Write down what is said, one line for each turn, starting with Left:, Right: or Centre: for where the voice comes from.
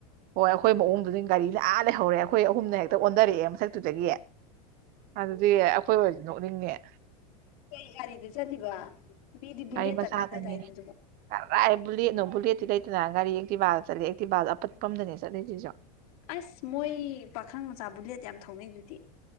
Right: ꯍꯣꯏ ꯑꯩꯈꯣꯏ ꯃꯑꯣꯡꯗꯨꯗꯤ ꯒꯥꯔꯤ ꯂꯥ ꯂꯩꯍꯧꯔꯦ ꯑꯩꯈꯣꯏ ꯑꯍꯨꯝꯅ ꯍꯦꯛꯇ ꯑꯣꯟꯔꯛꯑꯦ ꯃꯊꯛꯇꯨꯗꯒꯤ ꯑꯗꯨꯗꯤ ꯑꯩꯈꯣꯏ ꯑꯣꯏꯔꯗꯤ ꯅꯣꯛꯅꯤꯡꯅꯦ
Left: ꯀꯩ ꯒꯥꯔꯤꯗ ꯆꯠꯂꯤꯕ ꯃꯤꯗꯤ ꯕꯨꯂꯦꯠꯇ
Right: ꯒꯥꯔꯤ ꯃꯆꯥꯗꯅꯦ
Left: ꯀꯥꯟꯅꯗꯥꯏꯅꯦ ꯑꯗꯨꯒ
Right: ꯀꯔꯥꯏ ꯕꯨꯂꯦꯠꯣ ꯕꯨꯂꯦꯠꯇꯤ ꯂꯩꯇꯅ ꯒꯥꯔꯤ ꯑꯦꯛꯇꯤꯕꯥꯜꯗ ꯆꯠꯂꯤꯦ ꯑꯦꯛꯇꯤꯕꯥꯜ ꯑꯄꯠꯄ ꯑꯃꯗꯅꯦ ꯆꯠꯂꯤꯁꯤꯁꯨ
Left: ꯑꯁ ꯃꯣꯏ ꯄꯥꯈꯪ ꯃꯆꯥ ꯕꯨꯂꯦꯠ ꯌꯥꯝ ꯊꯧꯅꯩꯗꯨꯗꯤ